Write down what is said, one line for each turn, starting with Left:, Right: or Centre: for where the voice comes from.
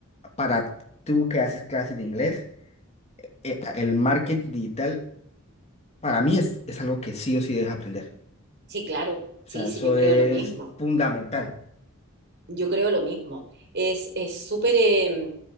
Left: para tú que haces clases de inglés, eh, el marketing digital para mí es, es algo que sí o sí debes aprender.
Right: Sí, claro, sí,
Left: O sea,
Right: sí,
Left: eso
Right: yo creo
Left: es
Right: lo mismo.
Left: fundamental.
Right: Yo creo lo mismo. Es, es súper, eh,